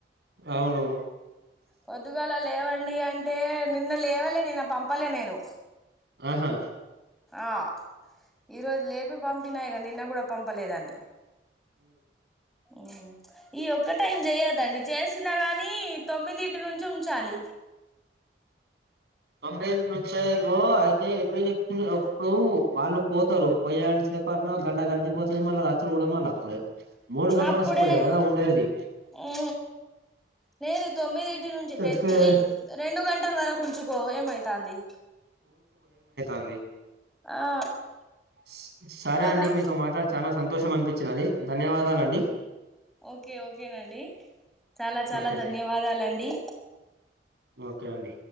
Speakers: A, on the right; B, in the centre.
A: అవును
B: పొద్దుగాల లేవండి అంటే నిన్న లేవలే నిన్న పంపలే నేను
A: ఆహా
B: ఆ ఈరోజు లేపి పంపినా ఇగ నిన్న కూడా పంపలేదని ఉమ్ ఈ ఒక్క టైం చేయద్దండీ చేసినా కాని నీ తొమ్మిది ఇంటి నుంచి ఉంచాలి
A: తొమ్మిదింటి నుంచి ఇగో అయితే ఎనిమిది ఒకప్పుడు వాళ్ళు పోతారు పోయ్యాని సేపు పొద్దున ఒక గంట గడిచిపోతది మళ్ళీ రచ్చులు కూడా మళ్ళీ అప్పుడే మూడు గంటల
B: అప్పుడే
A: స్కూలే కదా ఉండేది
B: ఊ లేదు తొమ్మిది ఇటి నుంచి
A: తగ్గే
B: పెట్టి రెండు గంటల వరకు ఉంచుకో ఏమైతాంది
A: అంది
B: ఆ
A: స సరే
B: కదా
A: అండి మీతో మాట్లాడి చానా సంతోషం అనిపించినది ధన్యవాదాలండి
B: ఓకే ఓకేనండి చాలా చాలా
A: ఓకే
B: ధన్యవాదాలండి
A: ఓకే అండి